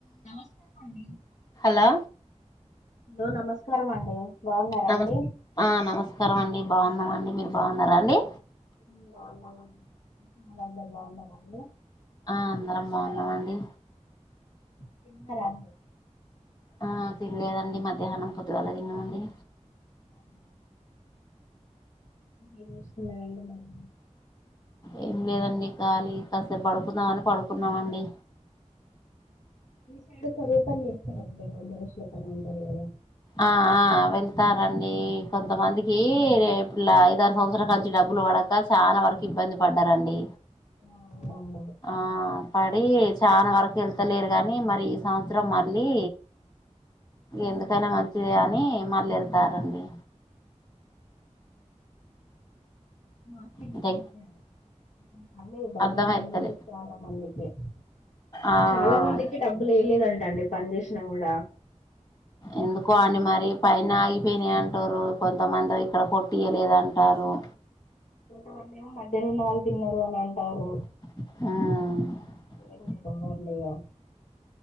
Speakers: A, on the left; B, on the left.
A: నమస్తే అండీ
B: hello
A: hello నమస్కారం అండి బాగున్నారా
B: నమస్
A: అండి
B: ఆ నమస్కారం అండి బాగున్నామండి మీరు బాగున్నారా అండి
A: మ్ బాగున్నమండి మీరందరు బాగున్నారా అండి
B: ఆ అందరం బాగున్నామండి
A: తిన్నర అండి
B: ఆ తినలేదండి మధ్యాహ్నం పొద్దుగల తిన్నమండీ
A: అవునా ఎం చేస్తున్నారండి మరీ
B: ఏం లేదండి ఖాళీ కాసేపు పడుకుందామని పడుకున్నామండి
A: ఇటు సైడు కరువు పని చేస్తునమండి వంద రోజుల పని అంటారు కదా
B: ఆ ఆ వెళ్తారండి కొంతమందికి రెప్పిల్ల ఐదారు సంవత్సరాలు కాంచీ డబ్బు డబ్బులు పడక చానా వరకు ఇబ్బంది పడ్డారండి
A: ఆ అవునండి.
B: ఆ పడీ చానా వరకు ఎళ్తలేరు గానీ మరి ఈ సంవత్సరం మళ్ళీ ఎందుకైనా
A: ఉంహు
B: మంచిదే అని మల్లెల్తరండి
A: మా <unintelligible> అసలు
B: అంటే
A: పడ్లేదు డబ్బులు
B: అర్థమైతలే
A: ఇన్ని రోజులు చాలా మందికి
B: ఆ
A: చాలా మందికి డబ్బులు ఎయ్యలేదంటండి పని జేసినా గూడ
B: ఎందుకో అండి మరి పైన ఆగిపోయినాయి అంటూరు కొంతమంది ఇక్కడ కొట్టియలేదంట కరము
A: కొంతమందేమో మధ్యలో ఉన్న వాళ్ళు తిన్నారు అని అంటారు
B: మ్
A: ఎక్కువ తినమన్లు ఇగ